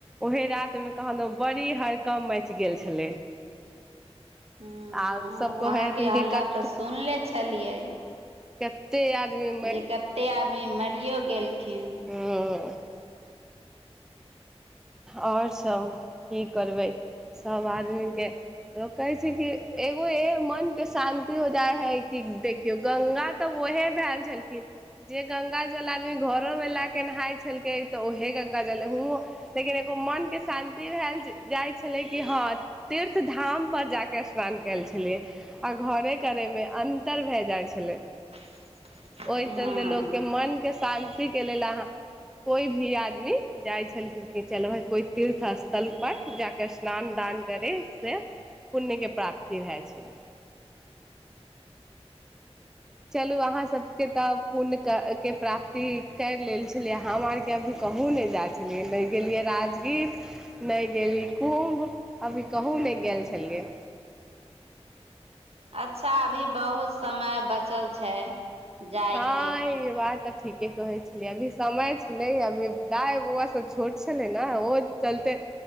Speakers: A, in the centre; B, on the right.
A: ओहे राति मे कहादन बड़ी हरकम मचि गेल छलै।
B: हँ
A: आर सब
B: वहाँके
A: कहै हेथिन
B: हल्ला
A: कि क
B: तऽ सुनले छलियै।
A: के <unintelligible> ते आदमी <unintelligible>
B: जे कते आदमी मरियो गेलखिन।
A: हुं। और सब की करबै सब आदमीके लोक कहै छै कि एगो हे मन के शान्ति हो जाय हय कि देखियौ गंगा तऽ ओहे भेल झलखिन। जे गंगा जल आदमी घरो मे लए के नहाय छलकै तऽ ओहे गंगाजल ह लेकिन एगो मोनके शान्ति भेल जाइ छलै कि हँ तीर्थ धाम पर जाके स्नान कैल छलियै। आ घरे करै मे अन्तर भए जाइ छलै।
B: <unintelligible>
A: ओहि चलते
B: हँ
A: लोकके मन के शान्तिके लेल अहाँ कोइ भी आदमी जाइ छेलखिन। चलबै कोइ तीर्थ स्थलपर जाकऽ स्नान दान करे से। पुण्यके प्राप्ति भए छलै। चलू अहाँ सब के तऽ पुण्य के प्राप्ति करि लेल छलियै हम आरके अभी कहुँ नहि जाय पहिले गेलियै राजगीर नहि गेलि कुम्भ, अभी कहूँ नहि गेल छलियै।
B: अच्छा अभी बहुत समय बचल छै। जायके
A: हँ ई बात तऽ ठीके कहै छलियै अभी समय छलै अभी दाइ बौआ सब छोट छलै ने ओहो चलते